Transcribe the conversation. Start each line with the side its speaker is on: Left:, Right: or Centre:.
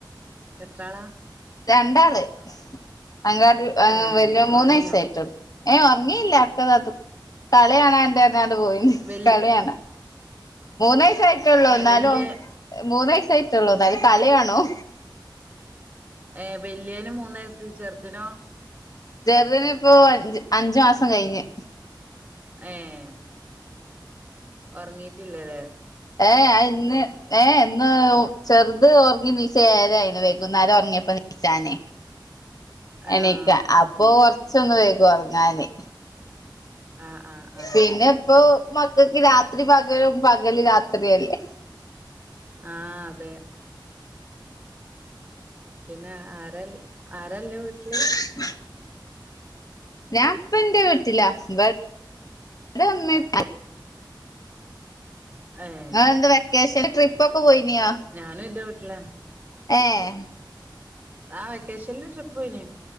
Right: എത്രാളാ
Left: രണ്ടാള് അങ്കാടി
Right: ഏഹ്
Left: വലിയ മൂന്ന്
Right: ഒറങ്ങിയോ
Left: വയസായിട്ടുള്ളു. ഏഹ് ഒറങ്ങില്ല ഒക്കതാതു കളിയാണാണ്ട്ർഞ്ഞാണ്ട് പോയീണ്
Right: വല്
Left: കളിയാണാ. മൂന്നയസ് ആയിട്ടുള്ളൂ
Right: ഏഹ്
Left: എന്നാലും
Right: വല്യ
Left: ഓൻ മൂന്നയസായിട്ടുള്ളൂ എന്നാലും കളികാണും.
Right: ഏഹ വല്യനും മൂന്ന് വയസ് ചെർദിനോ
Left: ചെർദ്ന് ഇപ്പോ അഞ്ച് അഞ്ചു മാസം കഴിഞ്ഞ്.
Right: ഏഹ്. ഒർങ്ങീട്ടില്ലല്ലേ
Left: ഏ ആഹ് അത്ന്ന്. ഏ ഇന്ന് ചെറുത് ഒറങ്ങി നീച്ച ഏഴരായിണ് വൈകുന്നേരം ഒറങ്ങിയപ്പോ നീച്ചാനേ.
Right: <inaudible> ആഹ്
Left: എണീക്ക അപ്പൊ കൊർച്ചൊന്ന് വൈകും ഒറങ്ങാന്
Right: ആഹ് ആഹ് ആഹ്
Left: പിന്നെപ്പോ മക്കക്ക് രാത്രി പകലും പകല് രാത്രില്ലേ
Right: ആഹ് അതെ പിന്നെ ആഹ് ആരൽ ആരല്ല് വീട്ട്ല്
Left: <inaudible> ഞാപ്പന്റെ വീട്ടില വട് <unintelligible>
Right: ഏഹ്
Left: ങ്ങളെന്ത വെക്കേഷന് ട്രിപ്പൊക്കെ പോയിനിയാ
Right: ഞാനുന്റെ വീട്ട്ലാണ്
Left: ഏഹ്.
Right: ആ വെക്കേഷൻല് ട്രിപ്പോയിനി